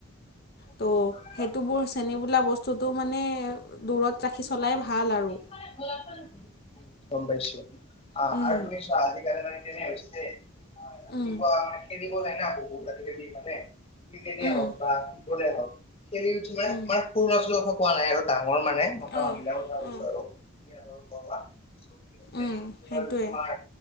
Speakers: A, on the left; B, on the left.
A: গম
B: ত'
A: পাইছো বাৰু
B: সেইটোবোৰ
A: বাকী
B: চেনী বোলা বস্তুটো মানে দূৰত ৰাখি চলাই ভাল আৰু।
A: <unintelligible> গম পাইছোঁ। আ
B: উম
A: আৰু তুমি চোৱা আজিকালি মানে কেনে হৈছে আ ৰাতিপুৱা
B: উম
A: মানে সেই <unintelligible> ক্ৰিকেটে
B: উম
A: হওক বা ফুটবলে হওক। খেলি উঠি মানে
B: উম
A: মানে সৰু লৰা ছোৱালীৰ কথা কোৱা নাই আৰু ডাঙৰ মানে মতা
B: অঁ
A: মানুহ বিলাকৰ কথা কৈছোঁ।
B: অঁ
A: বিয়া বাৰু কৰোৱা, চ সিহঁতে
B: উম
A: কি
B: সেইটোৱে
A: হ'ল তোমাৰ